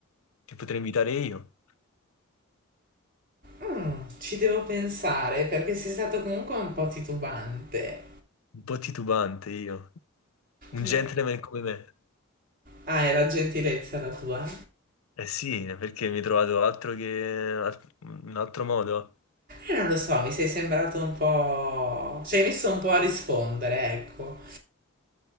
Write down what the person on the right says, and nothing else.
Mm, ci devo pensare perché sei stato comunque un po' titubante.
Beh,
ah, era gentilezza la tua?
Eh, non lo so, mi sei sembrato un po'... Ci hai messo un po' a rispondere, ecco.